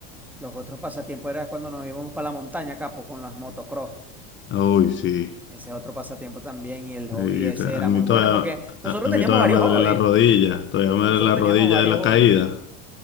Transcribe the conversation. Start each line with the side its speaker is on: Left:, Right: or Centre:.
Centre: los otros pasatiempos era cuando nos íbamos para la montaña, capo, con las motocross.
Left: Uy, sí.
Centre: Ese es otro pasatiempo también y el hobby
Left: Y
Centre: ese
Left: te- a
Centre: era
Left: mí
Centre: muy bueno
Left: todavía,
Centre: porque nosotros
Left: a, a
Centre: teníamos
Left: mí todavía
Centre: varios
Left: me duele
Centre: hobbies.
Left: la rodilla. Todavía me
Centre: Nosotros
Left: duele la
Centre: teníamos
Left: rodilla
Centre: varios
Left: de la
Centre: hobbies.
Left: caída.